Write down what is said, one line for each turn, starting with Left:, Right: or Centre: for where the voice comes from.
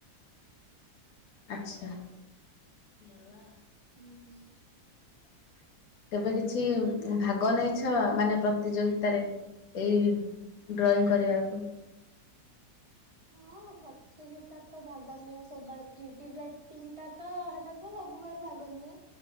Left: ଆଚ୍ଛାଆ <inaudible>
Right: ହୁଁ ହୁଁ।
Left: <inaudible> କେବେ କିଛି ଭାଗ ନେଇଛ ମାନେ ପ୍ରତିଯୋଗିତାରେ ଏଇ ଡ୍ରଇଂ କରିବାକୁ?
Right: ହଁଅଅ ପ୍ରତିଯୋଗିତାରେ ତ ଭାଗ ନିଏ ସବୁବେଳେ କ୍ରିଏଟିଭ୍ ରାଇଟିଙ୍ଗଟା ତ <unintelligible> ସବୁବେଳେ ଭାଗ ନିଏ